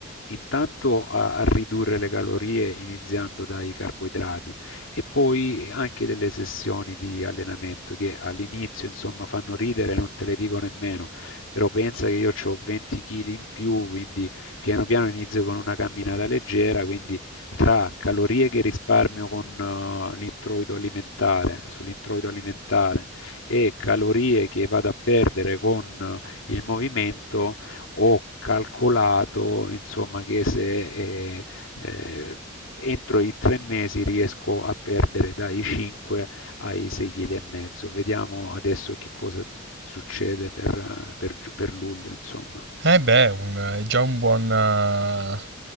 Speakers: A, on the left; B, on the right.
A: intanto a, a ridurre le calorie iniziando dai carboidrati e poi anche delle sessioni di allenamento che all'inizio insomma fanno ridere, non te le dico nemmeno, però pensa che io ho 20 kg in più, quindi piano piano inizio con una camminata leggera, quindi tra calorie che risparmio con eh, l'introito alimentare, sull'introito alimentare e calorie che vado a perdere con eh, il movimento, ho calcolato, insomma, che se eh, eh, entro i tre mesi riesco a perdere dai 5 ai 6,5 kg. Vediamo adesso che cosa succede per, eh, per giu- per luglio, insomma.
B: E eh beh, un- è già un buon, eh,